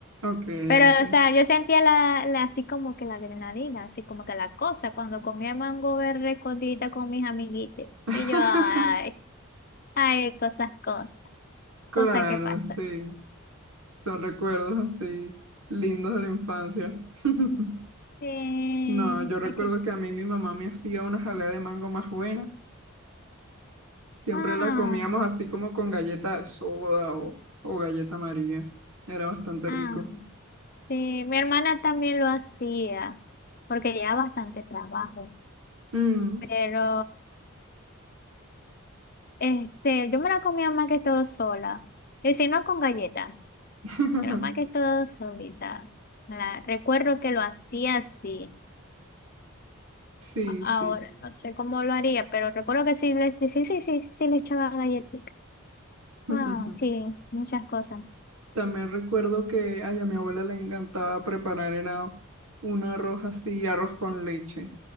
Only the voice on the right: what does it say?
Ok,
ok.
<laughs>
Claro,
sí. Son recuerdos así lindos de la infancia. <laughs>
No, yo recuerdo
que a mí mi mamá me hacía una jalea de mango más buena. Siempre
la comíamos así como con galleta de soda o, o galleta amarilla. Era bastante
rico.
Mm.
<laughs>
Sí, sí.
<laughs>
También recuerdo que ay, a mi abuela le encantaba preparar, era un arroz así, arroz con leche,